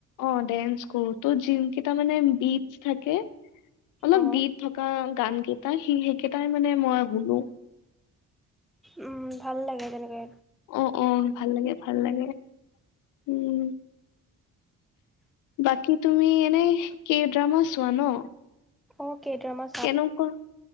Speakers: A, on the left; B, in the centre.
A: অ ডেন্স কৰো। ত যিনকেইটা মানে বিচ্ থাকে অলপ
B: অ
A: বিত থকা গান কেইটা সি সেইকেইটাই মানে মই শুনো।
B: উম ভাল লাগে তেনেকে
A: অ অ ভাল লাগে ভাল লাগে উম বাকী তুমি এনেই কে ড্ৰামা চোৱা ন
B: অ কে ড্ৰমা
A: কেনেকুৱা